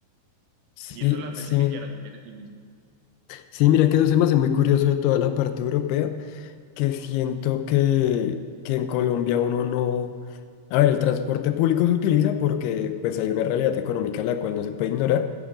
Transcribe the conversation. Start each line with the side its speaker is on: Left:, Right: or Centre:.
Left: Sí,
Right: Y eso las
Left: sí,
Right: veces que quieras, no tienes límite.
Left: sí, mira que eso se me hace muy curioso de toda la parte europea, que siento que, que en Colombia uno no... A ver, el transporte público se utiliza porque pues hay una realidad económica la cual no se puede ignorar,